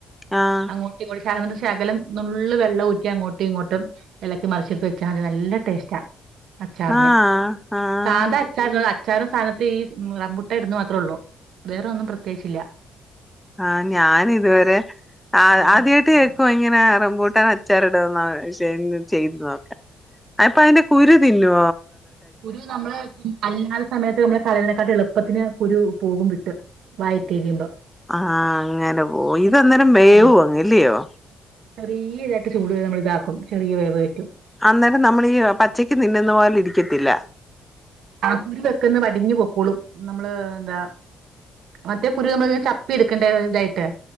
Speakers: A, in the centre; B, on the right.
A: ആഹ്
B: അങ്ങോട്ട് ഇങ്ങോ ശകലം നുള്ള് വെള്ള ഊറ്റി അങ്ങോട്ടും ഇങ്ങോട്ടും ഇലക്കി മറിച്ചിട്ട് വെച്ചാൽ മതി നല്ല ടേസ്റ്റാ. അച്ചാറിന്,
A: ആഹ് ആഹ്
B: സാധാ അച്ചാറിട അച്ചാറ് സ്ഥാനത്ത് ഈ റബ്ബുട്ട ഇടന്ന് മാത്രേ ഉള്ളൂ. വേറെ ഒന്നും പ്രത്യേകിച്ചില്ല.
A: ആ ഞാന് ഇതുവരെ ആ
B: മാങ്ങയൊക്കെ
A: ആദ്യമായിട്ട്
B: പോലെന്നെ
A: കേക്കുവാ ഇങ്ങനെ റംപൂട്ടാൻ അച്ചാറി ടും നോ ചെയ് ചെയ്തുനോക്ക, അപ്പ അതിന്റെ കുരു തിന്നോ
B: ഒരു നമ്മളെ അല്ലാത്ത സമയത്ത് നമ്മുടെ കലനെക്കാട്ട എള് പ്പത്തിന് കുരു പോകും വിട്ട് വായിത്തേക്കിയുമ്പം.
A: ആഹ അങ്ങനെ പോ ഇതനേരം വേവ്
B: ഉം.
A: അങ്ങല്ലയോ
B: ചെറിയ ഇതായിട്ട് ചൂട് നമ്മൾ ഇതാക്കും ചെറിയ വേവ പറ്റും.
A: അന്നേരം നമ്മളീ പച്ചക്ക് തിന്നുന്ന പോലല ഇരിക്കത്തില്ല.
B: കുരു വെക്കന്ന് വടിഞ്ഞ് പൊക്കോളും നമ്മള് എന്താ മറ്റേ കുരൂ നമ്മൾ ചപ്പി ഇടു ണ്ടെ ഇതായിട്ട്